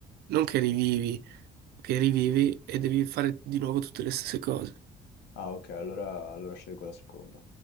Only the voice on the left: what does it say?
Ah, ok, allora, allora scelgo la seconda.